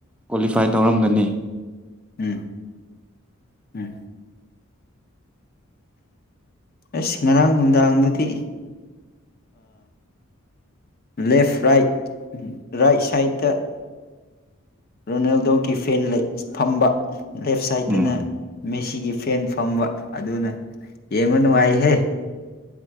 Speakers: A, in the centre; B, on the left (about 45°).
A: ꯀ꯭ꯋꯥꯂꯤꯐꯥꯏ ꯇꯧꯔꯝꯒꯅꯤ
B: ꯎꯝ ꯎꯝ ꯑꯁ ꯉꯔꯥꯡ ꯅꯨꯡꯗꯥꯡꯗꯨꯗꯤ ꯂꯦꯐ ꯔꯥꯏꯠ ꯔꯥꯏꯠ ꯁꯥꯏꯠꯇ ꯔꯣꯅꯥꯜꯗꯣꯒꯤ ꯐꯦꯟ ꯊꯝꯕ ꯂꯦꯐ ꯁꯥꯏꯠꯇꯅ
A: ꯎꯝ
B: ꯃꯦꯁꯤꯒꯤ ꯁꯦꯟ ꯐꯝꯕ ꯑꯗꯨꯅ ꯌꯦꯡꯕ ꯅꯨꯡꯉꯥꯏꯍꯦ